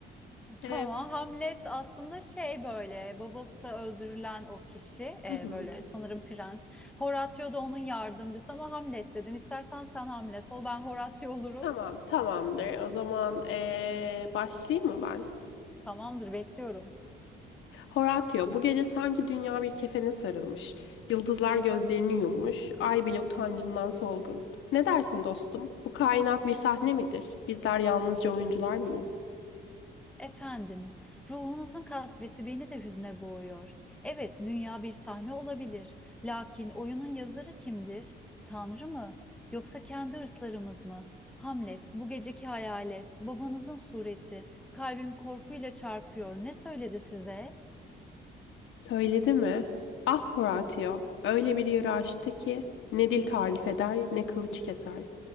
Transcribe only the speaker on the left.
Ee,
Hı hı.
Tamam, tamamdır. O zaman ee, başlayayım mı ben?
Horatio, bu gece sanki dünya bir kefene sarılmış. Yıldızlar gözlerini yummuş, ay bile utancından solgun. Ne dersin dostum? Bu kainat bir sahne midir? Bizler yalnızca oyuncular mıyız?
Söyledi mi? Ah Horatio, öyle bir yara açtı ki ne dil tarif eder ne kılıç keser.